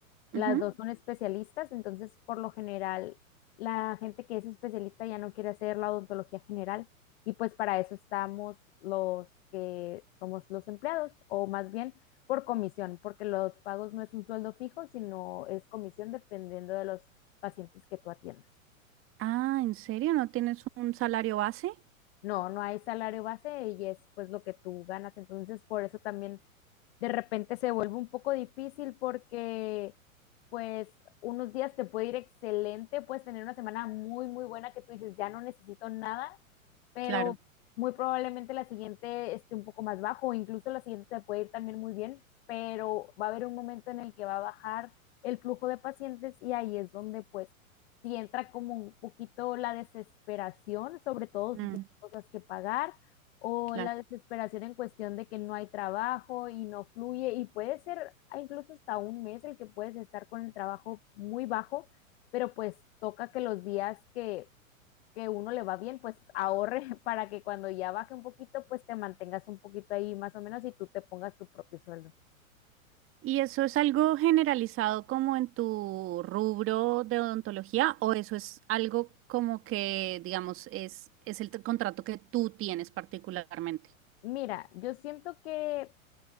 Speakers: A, on the left; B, on the right.
A: las
B: Ujú.
A: dos son especialistas, entonces por lo general la gente que es especialista ya no quiere hacer la odontología general y pues para eso estamos los que somos los empleados o más bien por comisión, porque los pagos no es un sueldo fijo, sino es comisión dependiendo de los pacientes que tú atiendas.
B: Ah, ¿en serio? ¿No tienes un salario base?
A: No, no hay salario base y es pues lo que tú ganas, entonces por eso también de repente se vuelve un poco difícil porque pues unos días te puede ir excelente, puedes tener una semana muy, muy buena que tú dices, ya no necesito nada pero
B: Claro.
A: muy probablemente la siguiente esté un poco más bajo, o incluso la siguiente te puede ir también muy bien, pero va a haber un momento en el que va a bajar el flujo de pacientes y ahí es donde pues si entra como un poquito la desesperación, sobre todo
B: Mm,
A: si tienes cosas que pagar o
B: claro.
A: la desesperación en cuestión de que no hay trabajo y no fluye y puede ser ah, incluso hasta un mes el que puedes estar con el trabajo muy bajo, pero pues toca que los días que que uno le va bien, pues ahorre <laughs> para que cuando ya baje un poquito, pues te mantengas un poquito ahí más o menos y tú te pongas tu propio sueldo.
B: ¿Y eso es algo generalizado como en tu rubro de odontología o eso es algo como que, digamos, es, es el t- contrato que tú tienes particularmente?
A: Mira, yo siento que